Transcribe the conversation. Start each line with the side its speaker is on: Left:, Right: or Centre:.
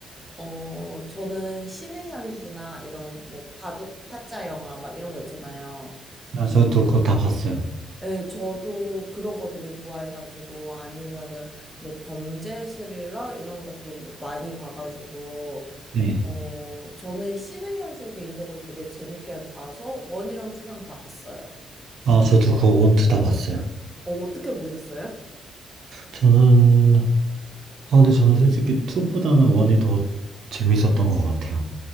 Centre: 어, 저는 신의 한수나 이런 뭐 바둑 타짜 영화 막 이런 거 있잖아요.
Right: 아 저도 그거 다 봤어요.
Centre: 예, 저도 그런 거 되게 좋아해가지고, 아니면은 뭐 범죄 스릴러 이런 것도 많이 봐가지고,
Right: 네.
Centre: 어, 저는 신의 현수 개인적으로 되게 재밌게 봐서 원이랑 투랑 다 봤어요.
Right: 아 저도 그거 원투 다 봤어요.
Centre: 어, 어떻게 보셨어요?
Right: 저는 아 근데 저는 솔직히 투보다는 원이 더 재밌었던 것 같아요.